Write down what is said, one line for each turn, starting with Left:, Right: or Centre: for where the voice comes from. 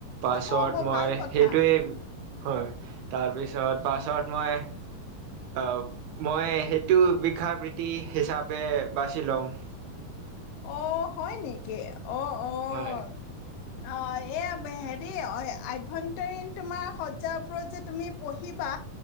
Right: পাছত
Left: অ বৰ
Right: মই
Left: ভাল কথা
Right: সেইটোৱে হয়, তাৰপিছত পাছত মই, আহ মই সেইটো বিষয় বৃত্তি হিচাপে বাচি লম।
Left: অ হয় নেকি? অ অ
Right: হয়।
Left: অ', এয়া হেৰি অ আভ্যন্তৰীণ তোমাৰ শজ্জাৰ ওপৰত যে তুমি পঢ়িবা,